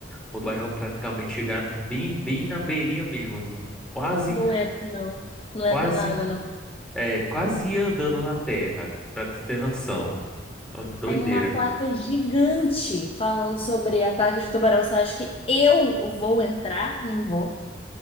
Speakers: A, in the centre; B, on the left (about 30°).
A: o tubarão praticamente chegar bem, bem na beirinha mesmo. Quase,
B: Não entra, não. Não
A: quase,
B: entra na água, não.
A: é, quase andando na terra, pra tu ter noção. É uma doideira.
B: Tem uma placa gigante falando sobre ataque de tubarão. Você acha que eu vou entrar? Não vou.